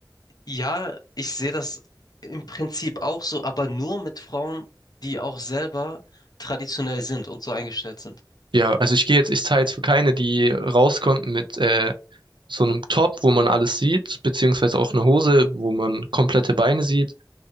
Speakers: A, on the left; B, on the right.
A: Ja, ich sehe das im Prinzip auch so, aber nur mit Frauen, die auch selber traditionell sind und so eingestellt sind.
B: Ja, also ich gehe jetzt, ich zahle jetzt für keine, die rauskommt mit äh, so einem Top, wo man alles sieht, beziehungsweise auch eine Hose, wo man komplette Beine sieht.